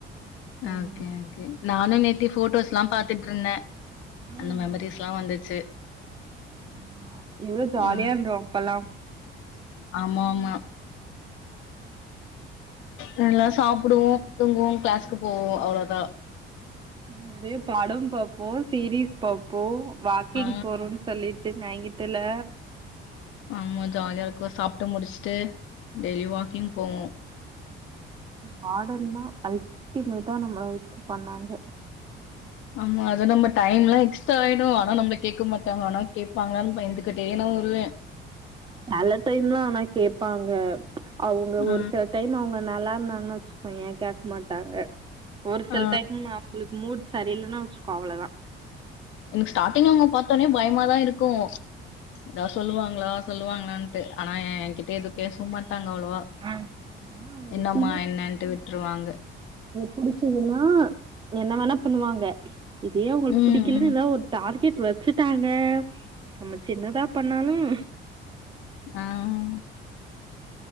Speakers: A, on the right (about 25°); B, on the left (about 80°).
A: உஹம்
B: ஓகே, ஓகே. நானும் நேத்தி போட்டோஸ் எல்லாம் பாரத்துட்டு இருந்தேன்
A: ம்
B: அந்த மெமரிஸ் எல்லாம் வந்துச்சு
A: ஆமா எவ்ளோ ஜாலியா
B: ஆ.
A: இருந்தோ அப்பல்லாம்
B: ஆமா ஆமா நல்லா சாப்பிடுவோம் தூங்குவோம் கிளாஸ்க்கு போவோம் அவ்ளோதா
A: நெறைய படம் பாப்போம் சீரீஸ் பாப்போம் வாக்கிங்
B: ஆ.
A: போறோன்னு சொல்லிட்டு நாங் தெர்ல
B: ஆமா ஜாலியா இருக்கு சாப்டு முடிசிட்டு டெய்லி வாக்கிங் போவோம்
A: வாடன் தா அல்டிமேட்டா நம்ம பண்ணாங்க
B: ஆமா அது நம்ம டைம் எல்லா எக்ஸ்டா ஆயிடும் ஆனா நம்பள கேட்க மாட்டாங்க ஆனா கேட்பாங்ன்னு பயந்துகிட்டே நா வருவேன்
A: நல்ல டைம்னா கேட்பாங்க அவுங்க
B: ஆ,
A: ஒரு சில டைம் அவங்க நல்லான அதன வச்சிக்வாங்க கேட்க மாட்டாங்க ஒரு சில
B: ஆ
A: டைம் அவங்ளுக் மூட் சரியில்லன்னா வச்சிக்கோ அவ்ளோ தான்
B: எனக்கு ஸ்டார்ட்டிங்ல பாத்தோனே பயமாதா இருக்கும் எதா சொல்லுவாங்ளா சொல்லுவாங்ளா துட்டு ஆனா ஏ என்கிட்ட எது பேசவும் மாட் பத்தாங்க அவ்ளோவா
A: ஆனா அவுங்க
B: என்னம்மா
A: எப்டி
B: என்னன்ட்டு விட்டுருவாங்க
A: புடிச்சிதுனா என்ன வேணா பண்ணுவாங்க இதே அவுங்களுக்கு
B: ம்,
A: புடிக்கலன
B: ம்.
A: எத ஒரு டார்க் கீட் வச்சிட்டாங்க நம்ம சின்னதா பண்ணாலும்
B: ஆஹ்ஹ